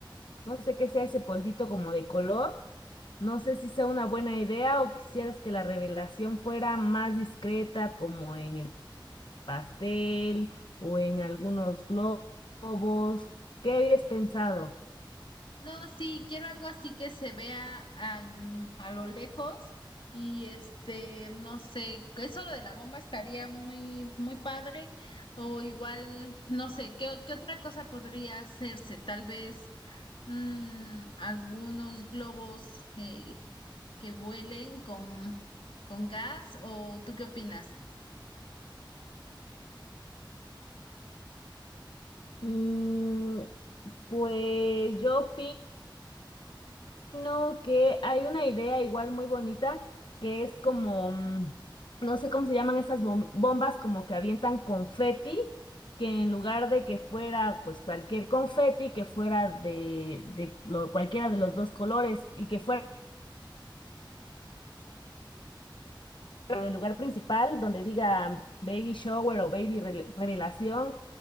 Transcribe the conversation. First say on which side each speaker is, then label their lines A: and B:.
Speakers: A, on the left; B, on the left.
A: No sé qué sea ese polvito como de color. No sé si sea una buena idea o quisieras que la revelación fuera más discreta, como en el pastel o en algunos glo- globos. ¿Qué habías pensado?
B: No, sí, quiero algo así que se vea al- a lo lejos y este, no sé, eso lo de la bomba estaría muy, muy padre o igual, no sé, ¿qué, o- qué otra cosa podría hacerse? Tal vez. Mm, algunos globos eh, que vuelen con, con gas, ¿o tú qué opinas?
A: Mm, pues yo sino que hay una idea igual muy bonita que es como, mm, no sé cómo se llaman esas bom- bombas, como que avientan confeti, que en lugar de que fuera pues cualquier confeti, que fuera de, de lo- cualquiera de los dos colores y que fuera el lugar principal donde diga baby shower o baby re- revelación